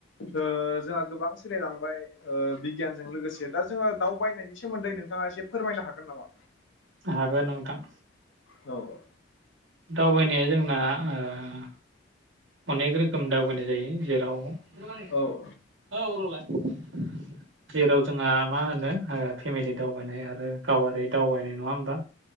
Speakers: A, on the left (about 75°); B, on the right (about 75°).
A: ओ जोंहा गोबां सोलायलांबाय ओ बिगियानजों लोगोसे दा जोङो दाव बायनायनि सोमोन्दै नोंथाङा एसे फोरमायनो हागोन नामा
B: हागोन नोंथां
A: औ औ
B: दावबायनाया जोंना ओ अनेक रो खोम दावगानाय जायो जेराव <unintelligible>
A: औ
B: <unintelligible> जेराव जोंहा मा होनो ओ फेमिलि दावबायनाय आरो गावारि दावबायनाय नङा होमबा